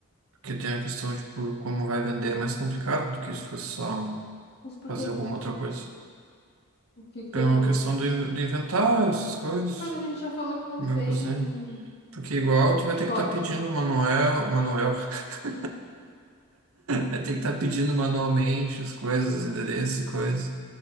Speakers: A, on the right; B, on the left.
A: Porque tem a questão, tipo, como vai vender é mais complicado do que se fosse só
B: Mas por
A: fazer
B: quê?
A: alguma outra coisa.
B: O que que tem
A: Tem uma
B: pro...
A: questão do, in- do inventário, essas coisas,
B: Mas a gente já falou que não
A: como
B: tem
A: vai fazer. Porque igual tu vai
B: estoque.
A: ter que estar pedindo manuel, manuel. <laughs> Vai ter que estar pedindo manualmente as coisas, os endereços e coisas,